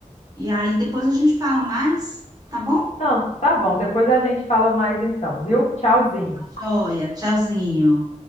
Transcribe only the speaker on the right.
E aí depois a gente fala mais, tá bom?
Joia, tchauzinho.